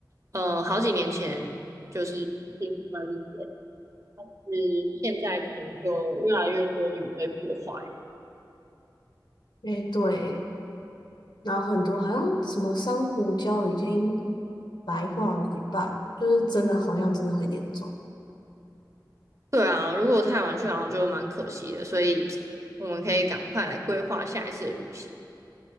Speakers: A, on the right; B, on the left.
A: 呃，好几年前就是平分一点，是现在可能就越来越多鱼被破坏。
B: 诶，对，然后很多好像什么珊瑚礁已经白化了一半了就是真的好像真的很严重。
A: 对啊，如果太晚去，好像就蛮可惜的，所以我们可以赶快来规划下一次的旅行。